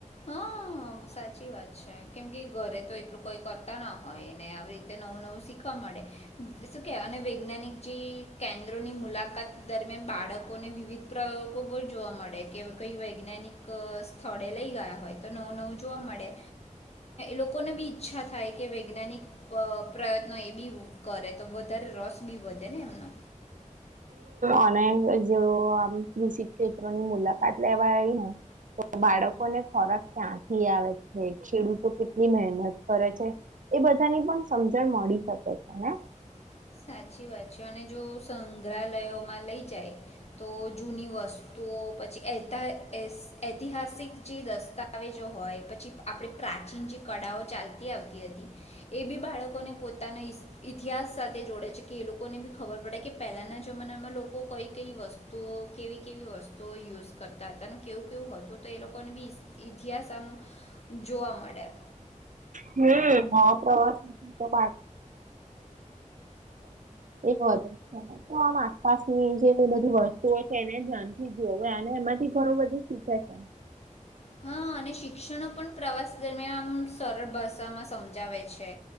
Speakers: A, on the left (about 50°); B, on the right (about 75°).
A: હા સાચી વાત છે કેમ કે ઘરે તો એટલું કોઈ કરતા ના હોયને આવી રીતે નવું નવું શીખવા મળડે અને વૈજ્ઞાનિક જે કેન્દ્રોની મુલાકાત દરમિયાન બાળકોને વિવિધ પ્રયોગો જોવા મળે કે કઈ વૈજ્ઞાનિક સ્થળે લઈ ગયા નવ જોવા મળે લોકોને બી ઈચ્છા થાય કે વૈજ્ઞાનિક પ્રયત્નો એ બી કરે તો વધારે રસ બી વધે ને એમનો
B: અને જેવ આમ કૃષિ ક્ષેત્રોની મુલાકાત લેવા આવી ને તો બાળકો ને ખોરાક ક્યાંથી આવે છે ખેડૂતો કેટલી મહેનત કરે છે એ બધાની પણ સમજણ મળી શકે છે ને
A: હ સાચી વાત છે અને જો સંગ્રહાલયોમાં લઈ જાય તો જૂની વસ્તુ તો પછી એતા ઐતિહાસિક જે દસ્તાવેજો હોય પછી આપણે પ્રા કળાઓ ચાલતી આવતી હતી એ બી બાળકોને પોતાનો ઇતિહાસ સાથે જોડે છે કે એ લોકોને બી ખબર પડે કે પહેલાના જમાનામાં લોકો કઈ કઈ વસ્તુઓ કેવી કેવી વસ્તુઓ યુઝ કરતા હતા કેવું કેવું હતું તો એ લોકોને ઇતિહાસ આમ જોવા વામાં મળે
B: હમ્મ પ્રવાસ તો <unintelligible> એ વધ છે તો આમ આસપાસની જે બધી વસ્તુઓ છે એને ધ્યાન થી જોવે અને એમાંથી ઘણું બધું શીખે છે
A: હા અને શિક્ષણનો પણ પ્રવાસ દરમિયાન સરળ ભાષામાં સમજાવે છે